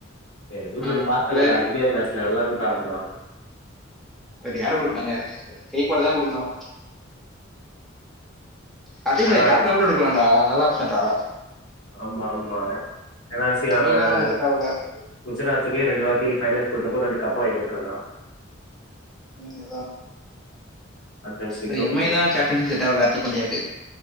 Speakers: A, on the left (about 90°); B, in the centre.
A: ஏய் துபே
B: ஆ
A: பாத்தேலடா
B: இல்ல
A: இந்தியன் மேட்ச்ல நல்லாதாண்ட்றா ஆடுனா
B: வேற யார குடுப்பாங்க கெய்குவாடு தா குடுக்கணு ஹர்திக்
A: ஆனா
B: பாய் கேப்டனா கூட எடுக்கலாடா நல்லா ஆப்ஷன்றா
A: ஆமா ஆமா என்னா செய்வாங்கள்
B: எம் ஐ தா உங்களுக்கு செட் ஆகல
A: குஜராத்துக்கே ரெண்டு வாட்டி ஃபைனல்ஸ் கூட்டுனுபோ ரெண்டு கப்பு வாங்கி குடுத்திருக்கா
B: ம் அதா
A: சாம்பியன்ஸ் லீக்
B: அ எம்
A: கூட
B: ஐ தா கேப்டன்சி செட் ஆவல ஹர்திக் பாண்டியாக்கு